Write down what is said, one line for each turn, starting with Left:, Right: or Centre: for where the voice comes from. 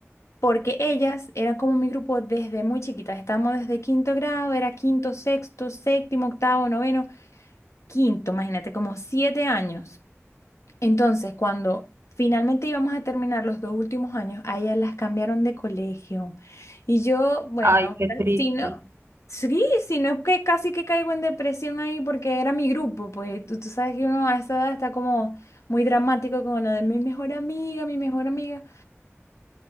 Left: porque ellas eran como mi grupo desde muy chiquitas. Estábamos desde quinto grado, era quinto, sexto, séptimo, octavo, noveno, quinto, imagínate, como siete años. Entonces, cuando finalmente íbamos a terminar los dos últimos años, a ellas las cambiaron de colegio. Y yo, bueno,
Right: Ay, qué triste.
Left: si no, sí, si no es que casi que caigo en depresión ahí porque era mi grupo, pues tú, tú sabes que uno a esa edad está como muy dramático con lo de mi mejor amiga, mi mejor amiga.